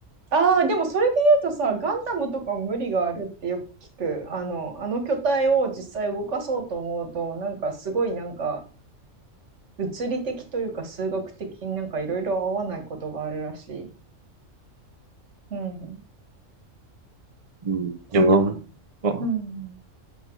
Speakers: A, on the right; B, on the right.
A: ああ、でもそれで言うとさ、ガンダムとかも無理があるってよく聞く。あの、あの巨体を実際動かそうと思うと、なんかすごいなんか物理的というか数学的になんかいろいろ合わないことがあるらしい。うん。
B: うん。でも
A: 聞いた話。
B: なんか
A: うん。